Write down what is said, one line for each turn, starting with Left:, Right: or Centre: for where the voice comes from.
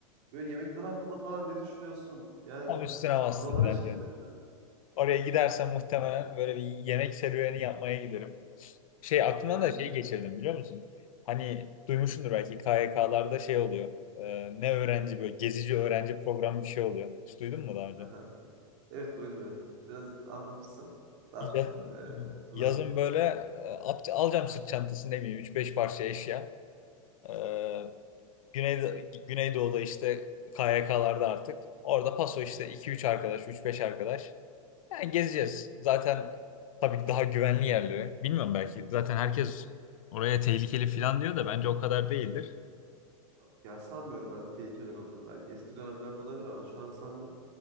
Right: Böyle yemekler hakkında falan ne düşünüyorsun? Yani
Left: Tam üstüne bastın
Right: oralara
Left: bence.
Right: hiç gittin mi?
Left: Oraya gidersem muhtemelen böyle bir yemek serüveni yapmaya giderim. Şey aklımdan
Right: Evet.
Left: da şey geçirdim biliyor musun? Hani duymuşsundur belki KYK'larda şey oluyor. Ee, ne öğrenci böyle gezici öğrenci programı bir şey oluyor. Hiç duydun mu daha önce?
Right: <laughs> Evet duydum evet. Biraz anlatırsan daha çok
Left: Ya-
Right: e, hatırlarım.
Left: yazın böyle e, at- alacağım sırt çantası ne bileyim 3-5 parça eşya. Ee, Güneydo Güneydoğu'da işte KYK'larda artık. Orada paso işte 2-3 arkadaş, 3-5 arkadaş. Yani gezeceğiz. Zaten tabii daha güvenli yerleri. Bilmiyorum belki. Zaten herkes oraya tehlikeli falan diyor da bence o kadar değildir.
Right: Yok ya sanmıyorum ben tehlikeli olduğunu. Belki eski dönemlerde olabilir ama şu an sanmıyorum.